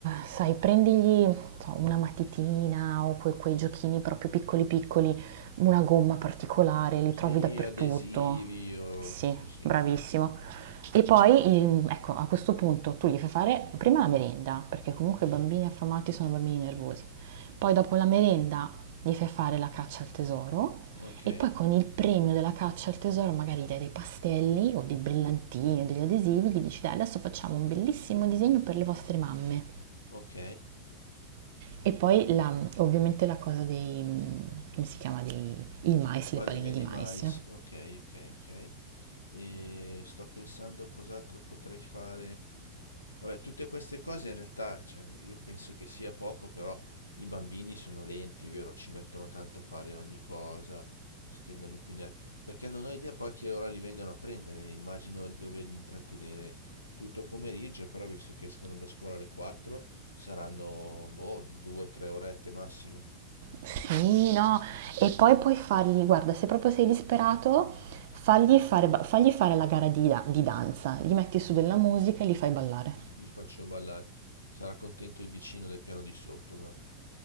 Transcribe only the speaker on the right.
sai, prendigli non so, una matitina o que- quei giochini proprio piccoli piccoli, una gomma particolare, li
trovi dappertutto.
Sì,
bravissimo.
E poi, il- ecco, a questo punto tu gli fai fare prima la merenda, perché comunque i bambini affamati sono bambini nervosi. Poi dopo la merenda gli fai fare la caccia al tesoro
e poi con il premio della caccia al tesoro magari dai dei pastelli o dei brillantini o degli adesivi, gli dici dai adesso facciamo un bellissimo disegno per le vostre mamme.
E poi la- ovviamente la cosa dei, come si chiama, dei, il mais,
le palline di
mais.
Sì, no, e poi puoi fargli, guarda, se proprio sei disperato, fagli fare, ba- fagli fare la gara di, da- di danza, gli metti su della musica e li fai ballare.